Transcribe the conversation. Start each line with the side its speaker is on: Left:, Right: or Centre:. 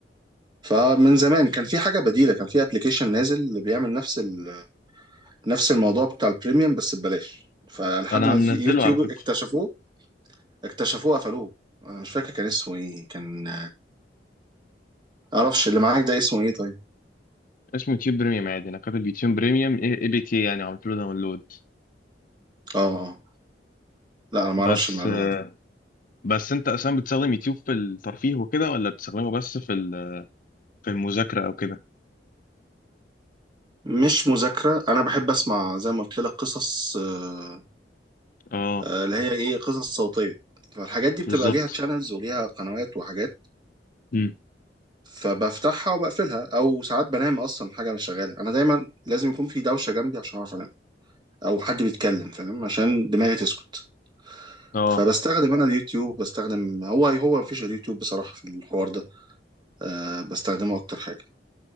Right: فمن زمان كان في حاجه بديله كان في ابلكيشن نازل اللي بيعمل نفس ال... نفس الموضوع بتاع البريميوم بس ببلاش فلحد
Left: انا
Right: ما
Left: منزله
Right: يوتيوب
Left: على فكره
Right: اكتشفوه اكتشفوه قفلوه انا مش فاكر كان اسمه ايه كان معرفش اللي معاك ده اسمه ايه طيب
Left: اسمه يوتيوب بريميوم عادي انا كاتب يوتيوب بريميوم اي بي تي يعني عملت له داونلود
Right: اه اه لا انا ما
Left: بس
Right: اعرفش المعلومه
Left: آه،
Right: دي
Left: بس انت اصلا بتستخدم يوتيوب في الترفيه وكده ولا بتستخدمه بس في ال- في المذاكرة او كده
Right: مش مذاكره انا بحب اسمع زي ما قلت لك قصص آه،
Left: اه
Right: آه، اللي هي ايه قصص صوتيه فالحاجات دي بتبقى
Left: بالظبط
Right: ليها تشانلز وليها قنوات وحاجات
Left: امم
Right: فبفتحها وبقفلها او ساعات بنام اصلا حاجه مش شغاله انا دايما لازم يكون في دوشه جنبي عشان اعرف انام او حد بيتكلم فاهم عشان دماغي تسكت
Left: اه
Right: فبستخدم انا اليوتيوب بستخدم هو هو مفيش اليوتيوب بصراحه في الحوار ده أه بستخدمه اكتر حاجه